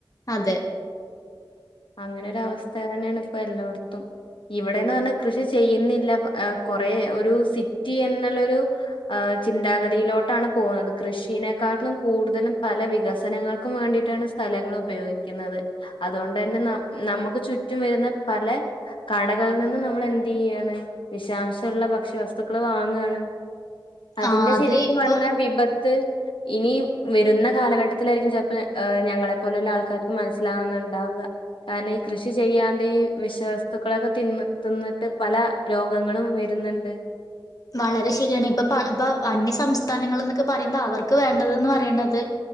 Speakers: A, on the left; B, on the left.
A: അതെ
B: അങ്ങനൊരു അവസ്ഥ തന്നെയാണ് ഇപ്പൊ എല്ലോടത്തും ഇവിടെന്ന് പറഞ്ഞാ കൃഷി ചെയ്യുന്നില്ല കൊറ ഒരു സിറ്റി എന്നുള്ളൊരു ആ ചിന്താഗതിയിലോട്ടാണ് പോകുന്നത് കൃഷിനെക്കാട്ടിലും കൂടുതലും പല വികസനങ്ങൾക്കും വേണ്ടിയിട്ടാണ് സ്ഥ സ്ഥലങ്ങളുപയോഗിക്കുന്നത് അതുകൊണ്ട് തന്നെ ന നമുക്ക് ചുറ്റും വരുന്ന പല കടകളിൽ നിന്നും നമ്മൾ എന്ത് ചെയ്യാണ് വിഷാംശമുള്ള ഭക്ഷ്യ വസ്തുക്കള് വാങ്ങുവാണ് അതിന്റെ
A: ആ അത്
B: ശരിക്കും
A: ഇപ്പൊ
B: വന്ന വിപത്ത് ഇനി വരുന്ന കാലഘട്ടത്തിലായിരിക്കും ചിലപ്പോ ഞങ്ങളെപ്പോലെയുള്ള ആൾക്കാർക്ക് മനസ്സിലാവുന്നുണ്ടാവുക കാരണം ഈ കൃഷി ചെയ്യാണ്ട ഈ വിഷം വസ്തുക്കളൊക്കെ തിന്ന് തിന്നിട്ട് പല രോഗങ്ങളും വരുന്നുണ്ട്
A: വളരെ ശരിയാണ് ഇപ്പ ഇപ്പ അന്യ സംസ്ഥാനങ്ങള് എന്നൊക്കെ പറയുമ്പോ അവർക്ക് വേണ്ടത് പറയണത്